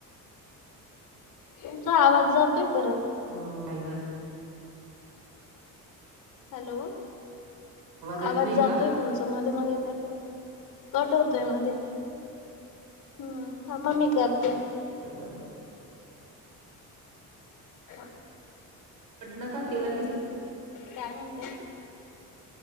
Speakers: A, on the left; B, on the right.
A: तुमचा आवाज जातोय परत.
B: ह पहिन
A: हॅलो,
B: येत
A: आवाज
B: नाही
A: जातोय.
B: का?
A: तुमच मध्ये-मध्ये कट होतय, कट होतय मध्ये. हम्म थांबा मी करते.
B: बर.
A: हा.
B: पटना का केला कि,
A: काय म्हणत?